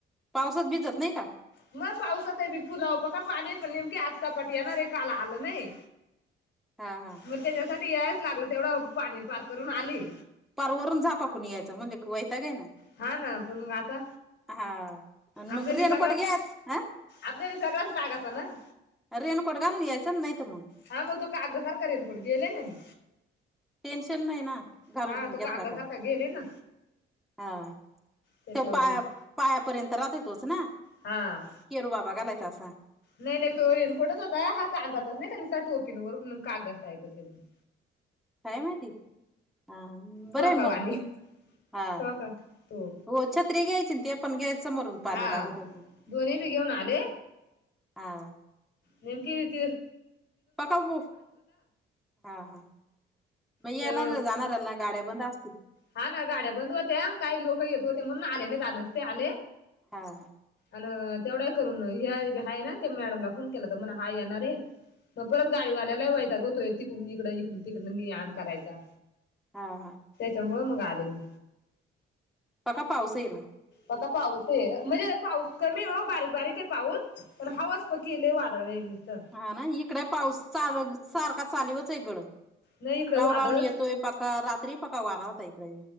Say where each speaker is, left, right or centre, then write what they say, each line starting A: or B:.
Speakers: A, in the centre; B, on the left.
A: पावसांत भिजतं नाहीं कां
B: मंग पावसांत आहे मी पुलांव बघां पाणी पणं नेमकीे आंज चपाट ये नां रे कांल आलं नाहीं
A: हां हां
B: मंग त्यांच्यासाठी यायचं लागलं तेवढं पाणी पारं करूंन आंली
A: पारं वरुंण झापांकुणी यायचं म्हणजे वैताग ही आहे
B: हां नां पणं मंग आंता
A: हा आणि मग
B: आपल्यांली
A: रेनकोट
B: सगळ्यां
A: घ्याच हा
B: आपल्यांला सगळ्यांचं लागंता नां
A: रेणकोट घालूंन यायंचा नां नाहीतरं मंग
B: हां मंग तो कागदासांरख रेनकोट गेले नां मी
A: टेन्शन नाहीं नां मंग घालूंन
B: हा तो कागदासारखा
A: घेतलां कां
B: गेले ना
A: हां
B: त्याच्यावर
A: तो पायां
B: येते.
A: पायांपर्यंत राहतो तोंच नां
B: हां
A: केरूं बाबां घालायचां असां
B: नाहीं नाहीं तो रेनकोटच होतां हां कागदांतच नाहीं कां टोपींवर कागदातं टाईपचं एकदंम
A: कायं माहिती हां बरं
B: फ्रॉका
A: आहे मंग
B: वाणी
A: तो हां
B: फ्रॉका तो
A: हो छत्री घ्यांयची ते पणं घ्यायचं समोरूंन
B: हा
A: पाणी लागतं म्हणुंन
B: दोन्ही बी घेऊन आले
A: हां
B: निेम किर कीर
A: पकांवूकू हां हां मं येणांरा
B: त्या
A: जाणारं लागती गांड्या बंद असतील
B: हां नां गांड्या बंद होत्यां कांहीं लोकं येतं होते म्हणूंन आले नाहीं तरं नसते आलें
A: हां
B: अं तेवढां करूंन हे आहे नां ते मॅडमला फोन केलां तरं म्हणाले हां येणारं रे मंग परंत गाडीवाल्यांलाही वयतां गं होतोय तिकडूंन इकडं इकडूंन तिकडं ने आंण करायचां
A: हां हां
B: त्यांच्यामुळे मंग आले मी
A: बघां पाऊस येईल
B: आंता पाऊस आहे म्हणजे पाऊस कमी हो बारीक बारीक आहे पाऊस पणं हवांच पतीले लंय वादळं आहे तिथं
A: हां नां ईकडे पाऊस सारखां चालूं चालवंच एकडं
B: नाही इकडे
A: राहूं
B: वादळच
A: राहूंन येतोय पकां रात्री पकां वारां होतां ईकडे